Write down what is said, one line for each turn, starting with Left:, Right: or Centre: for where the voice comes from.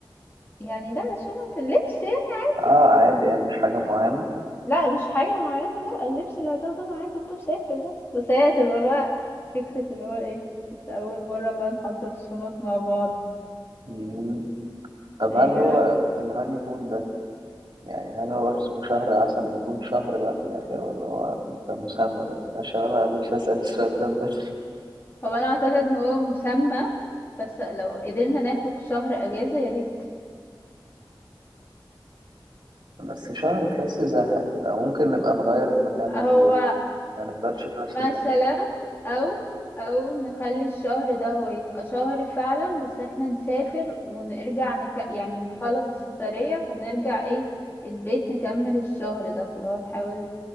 Left: يعني لا شنط اللبس يعني عادي
Right: اه عادي يعني مش حاجة معينة
Left: لا مش حاجة معينة لا اللبس اللي هتاخده معاك وانت مسافر بس بس هي هتبقى بقى فكرة اللي هو ايه انت اول مرة بقى نحضر الشنط مع بعض
Right: مم. طب
Left: ايوه
Right: هل هو الهانيمون ده يعني هل هو اسمه شهر عسل بيكون شهر بقى في الآخر ولا هو ده مسمى بس عشان أنا نفسي أسأل السؤال ده من بدري
Left: هو انا اعتقد ان هو مسمى بس لو قدرنا ناخد شهر اجازة يا ريت
Right: <laughs> بس شهر تحس زهق كده ممكن نبقى نغير المكان اللي
Left: هو
Right: هنروحه ما نفضلش في نفس
Left: مثلا
Right: المكان
Left: او او نخلي الشهر ده هو يبقى شهر فعلا بس احنا نسافر ونرجع نك... يعني نخلص السفرية فنرجع ايه البيت نكمل الشهر ده فلو نحاول